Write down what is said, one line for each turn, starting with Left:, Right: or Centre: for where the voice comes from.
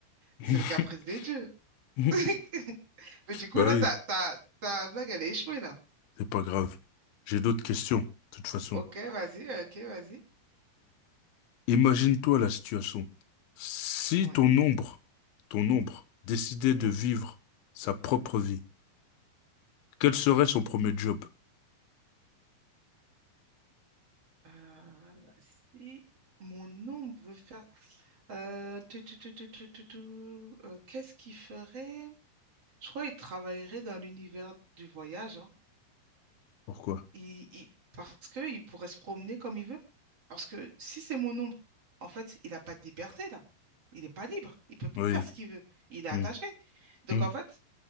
Left: <laughs>
Right: C'est le caprice des dieux.
Left: <laughs>
Right: <laughs> Mais du coup,
Left: Bah
Right: là,
Left: oui,
Right: ta, ta, ta blague, elle est échouée, là.
Left: c'est pas grave. J'ai d'autres questions, de toute façon.
Right: Ok, vas-y, ok, vas-y.
Left: Imagine-toi la situation. Si
Right: Ouais,
Left: ton ombre, ton ombre, décidait
Right: oui.
Left: de vivre sa propre vie, quel serait son premier job?
Right: Euh, si mon ombre veut faire... euh, tu, tu, tu, tu, tu, tu, tu, euh, qu'est-ce qu'il ferait? Je crois qu'il travaillerait dans l'univers du voyage, hein.
Left: Pourquoi?
Right: Il, il- parce qu'il pourrait se promener comme il veut. Parce que si c'est mon ombre, en fait, il n'a pas de liberté, là. Il n'est pas libre. Il peut pas
Left: Oui.
Right: faire ce qu'il veut. Il est attaché.
Left: Hmm,
Right: Donc,
Left: hmm.
Right: en fait,